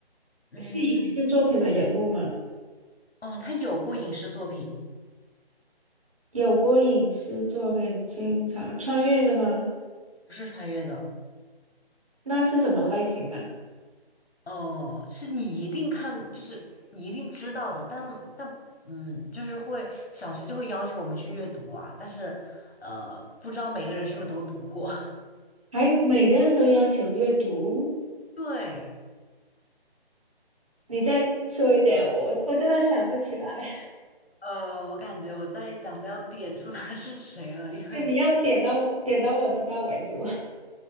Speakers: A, on the left; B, on the right.
A: 嗯，
B: 是影视作品的人物吗？
A: 哦，他有过影视作品，
B: 有过影视作品，清朝穿越的吗？
A: 不是穿越的，
B: 那是什么类型的？
A: 哦，是你一定看，就是你一定知道的，但但嗯，就是会小学就会要求我们去阅读啊，但是呃，不知道每个人是不是都读过。
B: 还每个人都要求阅读？
A: <laughs> 对。
B: 你再说一点，我我真的想不起来。
A: 呃，我感觉我再讲都要点出他是谁了，
B: <laughs>
A: 因为
B: 对，你要点到我，点到我知道为止。